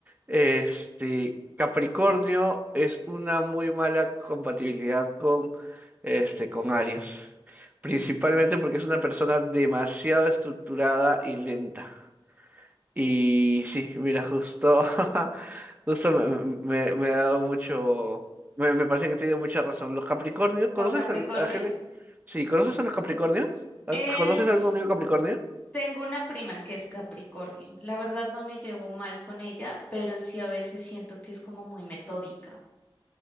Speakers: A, on the right (about 15°); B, on the left (about 15°).
A: Este, Capricornio es una muy mala compatibilidad con, este, con Aries. Principalmente porque es una persona demasiado estructurada y lenta. Y sí, mira, justo, <laughs> justo me, me- me- ha dado mucho, me, me parece que tiene mucha razón. Los Capricornios, ¿conoces
B: ¿Con Capricornio?
A: a, la gente? Sí, ¿conoces a los Capricornios? ¿A-
B: Es
A: ¿Conoces a algún amigo Capricornio?
B: Tengo una prima que es Capricornio. La verdad no me llevo mal con ella, pero sí a veces siento que es como muy metódica.